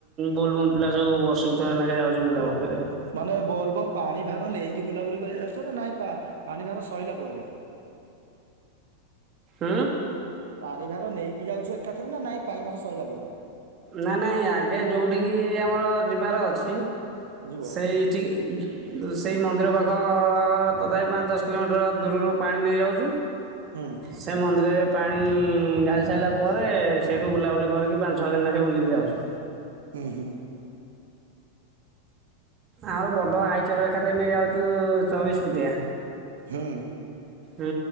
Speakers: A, on the right; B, on the right.
A: ବୋଲବମ୍ ପିଲା ସବୁ ବର୍ଷକୁ ଥରେ। ଲେଖା ଯାଉଛୁ ବୁଲାବୁଲି
B: ଓହୋ
A: କରିବା ପାଇଁ
B: ମାନେ ବୋଲ୍ ବମ୍ ପାଣି ଭାର ନେଇକି ବୁଲାବୁଲି କରିବାକୁ ଯାଉଚ ନା ଏଇ ପାଣି ଭାର ସଇଲା ପରେ
A: ଉଁ।
B: ପାଣି ଭାର ନେଇକି ଯାଉଚୁ ଏକାଥରେନା ନା ଏଇ ପାଣି ଭାର ସଇଲା ପରେ।
A: ନା ନାଇଁ ଆଗେ ଯୋଉଠିକି ଆମର ଯିବାର ଅଛି।
B: ଯିବ?
A: ସେଇଠିକି ସେଇ ମନ୍ଦିର ପାଖ ତଥାପି ପାଞ୍ଚ ଦଶ କିଲୋମିଟର ଦୂରରୁ ପାଣି ନେଇଆଉଚୁ।
B: ହୁଁ
A: ସେ ମନ୍ଦିରରେ ପାଣି ଢାଳି ସାରିଲା ପରେ ସେଇଠୁ ବୁଲାବୁଲି କରିକି ପାଞ୍ଚ ଛଅ ଦିନ ନାଖେ ବୁଲିକିରି ଆସୁ।
B: ଉଁ ହୁଁ।
A: ଆମର ବଡ ଆଇଚର୍ ଏକା ଥରେ ନେଇ ଯାଉଚୁ ଚବିଶି ଫୁଟିଆ।
B: ହୁଁ।
A: ହୁଁ